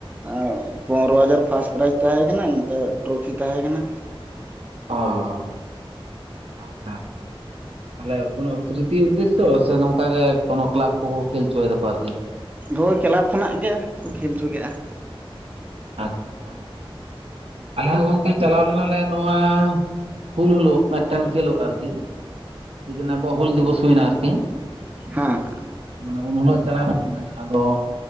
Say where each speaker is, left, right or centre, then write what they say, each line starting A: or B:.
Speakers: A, on the right; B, on the right.
A: ᱮᱸᱜ ᱯᱚᱱᱨᱚ ᱦᱟᱡᱟᱨ ᱯᱷᱟᱥᱴ ᱯᱨᱟᱭᱤᱡᱽ ᱛᱟᱦᱮᱸ ᱠᱟᱱᱟ ᱱᱚᱛᱮ ᱴᱨᱚᱯᱷᱤ ᱛᱟᱦᱮᱸ ᱠᱟᱱᱟ᱾
B: ᱚ ᱟᱪᱪᱷᱟ ᱟᱪᱪᱷᱟ᱾ ᱛᱟᱦᱞᱮ ᱠᱚᱱᱳ ᱠᱨᱤᱛᱤ ᱩᱫᱽᱫᱮᱥᱥᱚ ᱥᱮ ᱱᱚᱝᱠᱟ ᱜᱮ ᱠᱚᱱᱚ ᱠᱞᱟᱯ ᱠᱚᱠᱚ ᱠᱷᱮᱹᱞ ᱚᱪᱚᱭ ᱫᱟ ᱠᱚ ᱟᱨᱠᱤ᱾
A: ᱦᱳᱭ ᱠᱞᱟᱵᱽ ᱠᱷᱚᱱᱟᱜ ᱜᱮ ᱠᱷᱮᱹᱞ ᱦᱚᱪᱚ ᱠᱮᱜ-ᱟ᱾
B: ᱟᱪᱪᱷᱟ ᱟᱪᱪᱷᱟ, ᱟᱞᱮ ᱦᱚᱸ ᱜᱚᱝᱠᱮ ᱪᱟᱞᱟᱣ ᱞᱮᱱᱟᱞᱮ ᱱᱚᱣᱟ ᱦᱩᱞ ᱦᱩᱞᱳᱜ ᱢᱤᱫᱴᱮᱱ ᱠᱷᱮᱹᱞᱳᱜ ᱟᱨᱠᱤ ᱡᱮᱫᱤᱱ ᱟᱵᱚᱣᱟᱜ ᱦᱩᱞ ᱫᱤᱵᱚᱥ ᱦᱩᱭᱱᱟ ᱟᱨᱠᱤ᱾
A: ᱦᱮᱸ
B: ᱢᱟᱱᱮ ᱩᱱ ᱦᱤᱞᱳᱜ ᱪᱟᱞᱟᱣ ᱦᱩᱭ ᱞᱮᱱᱟ ᱟᱫᱚ